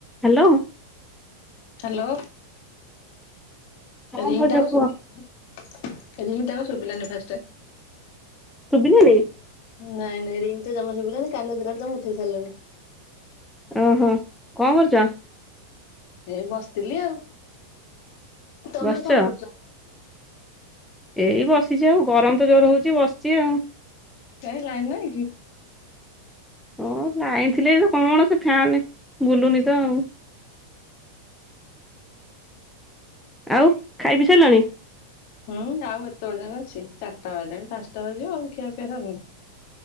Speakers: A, in the centre; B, on the left (about 45°).
A: Hello.
B: Hello.
A: ହଁ
B: ରିଙ୍ଗଟା
A: ଭାଉଜ କୁହ
B: ଶୁଭିବନି। ରିଙ୍ଗ ଟା ଶୁଭିଲାଣି ଫାଷ୍ଟ ଟେ।
A: <unintelligible> ଦେଇ
B: ନାଇଁ ନାଇଁ ରିଙ୍ଗ ତ ଜମା ଶୁଭିଲାଣିି କାନରେ ଦେଲାନୁ ତୁମେ ଉଠେଇ ସାରିଲାଣି।
A: ଓହୋ କଣ କରୁଛ?
B: ହେଇ ବସିଥିଲି ଆଉ। ତମେ
A: ବସିଛ?
B: କଣ କରୁଛ?
A: ଏଇ ବସିଛି ଆଉ ଗରମ ତ ଜୋର ହଉଛି ବସିଛି ଆଉ।
B: କହି ଲାଇନ ନାଇଁ କି?
A: ହଁ ଲାଇନ ଥିଲା ଯେ କଣ ସେ ଫ୍ୟାନ ଫ୍ୟାନେ ବୁଲୁନି ତ ଆଉ। ଆଉ ଖାଇ ପି ସାରିଲାଣି?
B: ହୁଁ ଆଉ ଏତେ ପର୍ଯ୍ୟନ୍ତ ଅଛି ଚାରିଟା ବାଜାଣି ପାଞ୍ଚଟା ବାଜିବ ଆଉ ଖିଆ ପିଆ ସରୁନି।